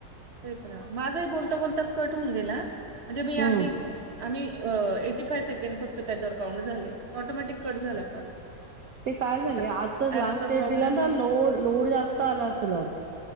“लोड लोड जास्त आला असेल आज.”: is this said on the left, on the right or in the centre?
Right